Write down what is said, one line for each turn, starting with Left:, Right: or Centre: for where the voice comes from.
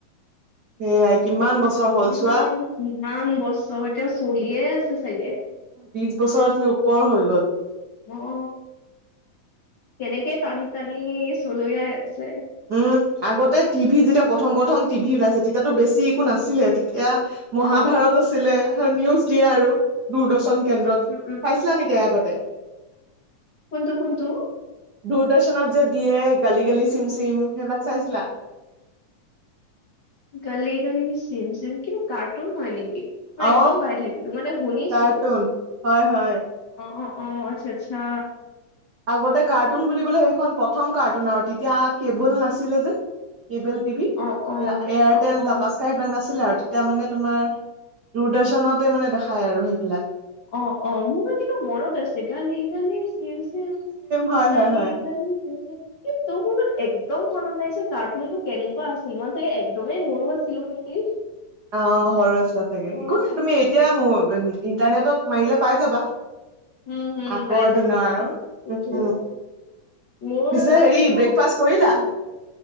Right: সেয়াই কিমান বছৰ হ'ল
Left: উম
Right: চোৱা
Left: কিমান বছৰ এতিয়াও চলিয়ে আছে চাগে।
Right: বিছ বছৰ ধৰি ওপৰ হৈ গ'ল।
Left: অহ। কেনেকে টানি টানি চলিয়াই আছে।
Right: উম, আগতে টিভি যেতিয়া প্ৰথম প্ৰথম টিভি ওলাইছে, তেতিয়াটো বেছি একো নাছিলে। তেতিয়া মহাভাৰত
Left: অ
Right: আছিলে আৰু নিউজ দিয়ে আৰু দূৰদৰ্শন কেন্দ্ৰত।
Left: উম উম।
Right: ছিলা নেকি আগতে?
Left: কোনটো কোনটো?
Right: দূৰদৰ্শনত যে দিয়ে, গালি গালি, চিম চিম, সেইবিলাক চাইছিলা?
Left: গালি গালি, চিম চিম, কিন্তু কাৰ্টুন হয় নেকি? মই
Right: অ অ
Left: একদম পাহৰি থাকিলোঁ। মানে শুনিছোঁ।
Right: কাৰ্টুন হয় হয়।
Left: অ অ অ। আচ্ছা আচ্ছা।
Right: আগতে কাৰ্টুন বুলিবলে সেইখন প্ৰথম কাৰ্টুন আৱ তেতিয়া কেবুল নাছিলে যে। কেবুল টিভি এয়া
Left: অ অ
Right: এয়াৰটেল,
Left: অ অ
Right: টাটা স্কাই। এইবিলাক নাছিলে আৰু। তেতিয়া মানে তোমাৰ দূৰদৰ্শনতে মানে দেখাই আৰু সেইবিলাক।
Left: অ অ মোৰ কিন্তু মনত আছে। গালি গালি, চিম চিম,
Right: হয়
Left: গালি
Right: হয় হয়
Left: গালি। <unintelligible> কিন্তু মোৰ কিন্তু একদম মনত নাই যে কাৰ্টুনটো কেনেকুৱা আছিল। মই চাগে একদমেই সৰু আছিলোঁ নেকি
Right: অ, সৰু আছিলা চাগে।
Left: অ',
Right: একো নাই তুমি এতিয়া মোৰ ইণ্টাৰনেটত মাৰিলে পাই যাবা।
Left: উম উম
Right: আগৰ
Left: পাই যাম
Right: দিনৰ
Left: চাগে
Right: আৰু
Left: সেইটোৱে।
Right: উম
Left: মোৰটো,
Right: পিছে হেৰি ব্ৰেকফাষ্ট কৰিলা?
Left: উম।